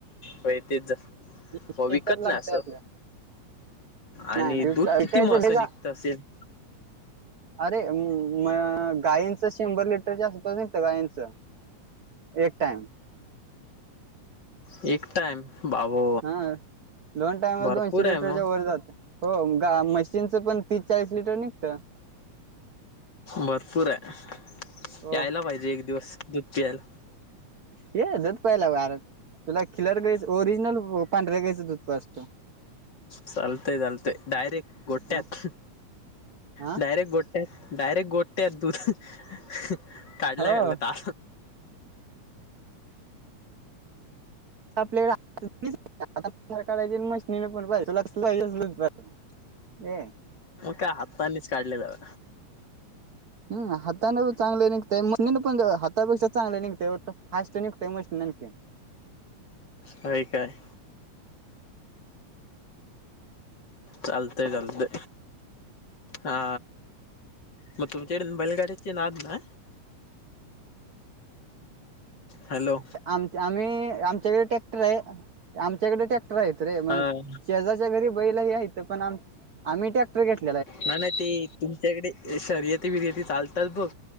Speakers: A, on the left (about 40°); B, on the right (about 70°).
A: होय तेच
B: शेतात
A: हो विकत
B: लागतय
A: नाही असं
B: आपल्या
A: आणि
B: नाही नाही
A: दूध
B: विकायचं
A: किती म अस
B: लय जा
A: निघत असेल?
B: अरे म गायींचं शंभर लिटरच्या आसपास निघत गायींच एक टाइम
A: एक टाइम बाबो
B: हा दोन टायम
A: भरपूर
B: दोनशे
A: आहे
B: लिटरच्या
A: मग
B: वर जात हो गा मशीनचं पण तीस चाळीस लिटर निघत.
A: भरपूर आहे
B: हो
A: यायला पाहिजे एक दिवस दूध पियायला.
B: ये दूध प्यायला आर तुला खिलर घ्यायं ओरिजिनल पांढर्या घ्यायचं दूध पाज
A: चालते चालत डयरेक्ट गोठ्यात
B: हा हा
A: डयरेक्ट गोठ्यात डायरेक्ट गोठ्यात दूधहा हह काढल्या
B: हो
A: काढल्या हाह तल
B: आपल्याकड काढायची मशनीन पण पाहायचं लक्ष स <unintelligible>
A: का हातानीच काढले जाव
B: हम् हातान चांगलं निघतय. मशीनी पण पण हातापेक्षा चांगलं निघतय फास्ट निघतय मशनिन की
A: होय काय? चालते चालते हा म तुमच्याकड बैलगाडीची नाद ना हॅलो
B: आमच्- आम्ही आमच्याकडं ट्रॅक्टरेय आमच्याकड ट्रॅक्टर टर हायत रे म
A: हा
B: शेजारच्या घरी बैलंही आहेत पण आम - आम्ही ट्रॅक्टर घेत
A: ना नाय ते तुमच्याकडे शर्यती बिर्यती चालतात बघ